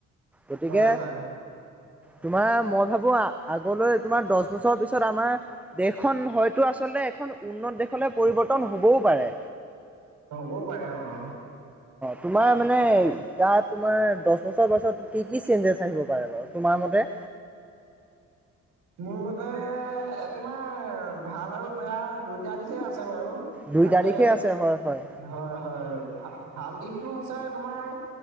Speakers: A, in the centre; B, on the right.
A: গতিকে।
B: হয় হয়
A: তোমাৰ মই ভাৱো আগলৈ তোমাৰ দহ বছৰ পিছত আমাৰ। দেশখন হয়তো আচলতে এখন উন্নত দেশলে পৰিৱৰ্তন হ'বও পাৰে।
B: হ'বও পাৰে অ', অ'।
A: তোমাৰ মানে। তাত তোমাৰ দহ বছৰ বছৰ পিছত কি-কি চেঞ্জেছ আহিব পাৰে বাৰু তোমাৰ মতে?
B: মোৰ মতে তোমাৰ ভাল আৰু বেয়া দুইটা দিশে আছে বাৰু।
A: দুই
B: তাকে
A: তাৰিখে আছে হয় হয়
B: হয়-হয় ভা-ভাল দিশটো হৈছে তোমাৰ